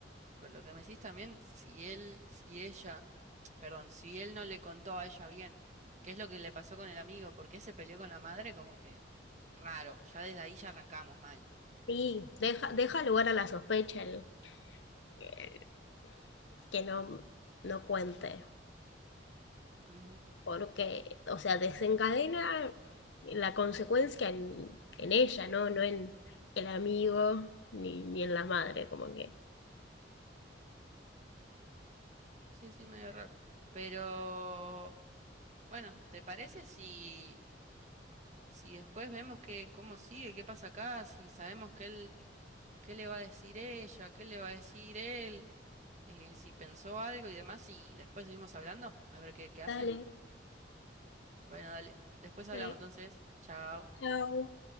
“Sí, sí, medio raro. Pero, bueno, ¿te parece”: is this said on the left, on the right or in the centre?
Right